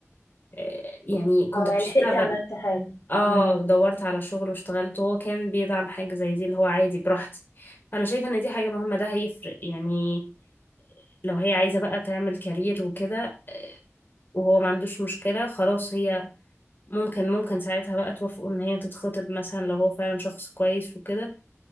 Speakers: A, on the left; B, on the left.
A: آه، يعني كنت
B: اه
A: بشتغل
B: يعني لحقتي عملتي حاجة
A: اه
B: مم.
A: دورت على شغل واشتغلت وهو كان بيدعم حاجة زي دي اللي هو عادي براحتي فأنا شايفة إن دي حاجة مهمة ده هيفرق يعني لو هي عايزة بقى تعمل كارير وكده وهو ما عندوش مشكلة خلاص هي ممكن ممكن ساعتها بقى توافقوا إن هي تتخطب مثلا لو هو فعلا شخص كويس وكده